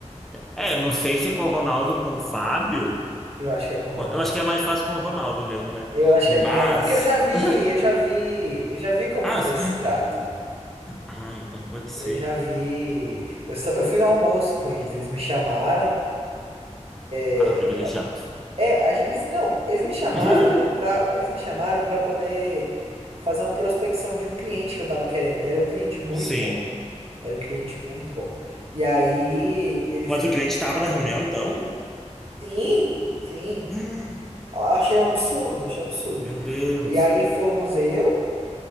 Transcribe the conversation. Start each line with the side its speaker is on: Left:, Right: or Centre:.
Centre: É, não sei se é com o Ronaldo, ou com o Fábio.
Right: Eu acho que é com Ronaldo.
Centre: Pô, Eu acho que é mais fácil com o Ronaldo mesmo, né?
Right: Eu acho
Centre: Mas.
Right: que é com o Ronaldo, porque eu já vi,
Centre: <laughs>
Right: eu já vi, eu já vi como
Centre: Ah,
Right: os dois
Centre: s-
Right: se tratam.
Centre: ah, então pode ser.
Right: Eu já vi. Eu, só- eu fui no almoço com eles, eles me chamaram. É,
Centre: Ah, privilegiado.
Right: pra, é a gen- eles, não, eles me chamaram
Centre: <laughs>
Right: pra, pra, eles me chamaram para poder fazer uma prospecção de um cliente que eu tava querendo. E era um cliente muito
Centre: Sim.
Right: bom. Era um cliente muito bom. E aí eles.
Centre: Mas o cliente estava na reunião, então?
Right: Sim, sim.
Centre: <gasps>
Right: Eu Achei um absurdo, achei um absurdo.
Centre: Meu Deus.
Right: E aí fomos eu,